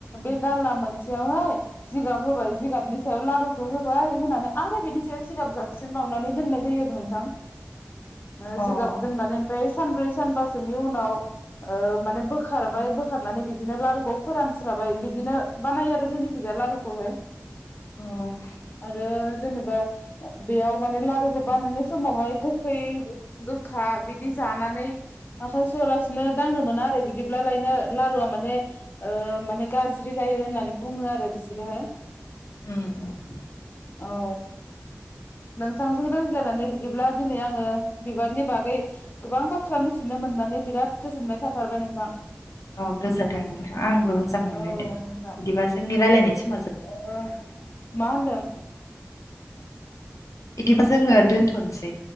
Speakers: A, on the left; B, on the left.
A: बे दाला मोनसेयावहाय जिगाब होबाय जिगाबनि सायाव लारुखौ होबाय होनानै आरो बिदि सायाव सिगाब जाबसिन बावनानै दोननाय जायो आरो नोंथां।
B: <inaudible>
A: ओ
B: अ
A: जिगाब दोनानै ओमफाय सानब्रै सानबासोनि उनाव ओ माने बोखारबाय बोख खारनानै बिदिनो लारुखौ फोरानस्राबाय बिदिनो बानायो आरो जोंनिथिंजाय लारुखौहाय।
B: उम
A: आरो जेनेबा बेयाव माने लारुखौ बानायनाय समावहाय गोखै गोखा बिदि जानानै आखाय सुवालासिनो दांनो मोना आरो बिदिब्लालायनो लारुआ माने ओ माने गाज्रि जायो होननानै बुङो आरो बिसोरो।
B: उम उम
A: औ नोंथांजों रायजलायनानै बिदिब्ला दिनै आङो बिबारनि बागै गोबां बाथ्रा मिथिनो नो मोननानै बिराद गोजोननाय थाथारबाय नोंथां।
B: औ गोजोन्थों नोंथां आंबो मोजां मोनबाय
A: औ
B: दे बिदिबा
A: नोंथां
B: जोंनि रायजलायनाय समा जोब
A: ओ मा होनदों?
B: बिदिबा जोङो दोनथनसै।